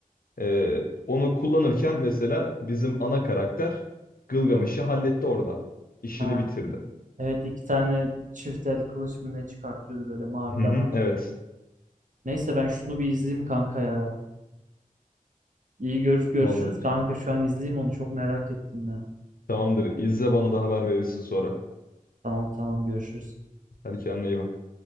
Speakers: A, on the left (about 80°); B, on the right (about 60°).
A: E, onu kullanırken mesela bizim ana karakter Gılgamış'ı halletti orada. İşini
B: ha.
A: bitirdi.
B: Evet iki tane çift el kılıç mı ne çıkartıyordu böyle mavi
A: Hı
B: damarlı.
A: hı, evet.
B: Neyse ben şunu bir izleyeyim kanka ya. İyi görüş görüşürüz
A: Vallahi
B: kanka şu an izleyeyim onu çok merak ettim ya.
A: tamamdır. İzle bana da haber verirsin sonra.
B: Tamam tamam görüşürüz.
A: Hadi kendine iyi bak.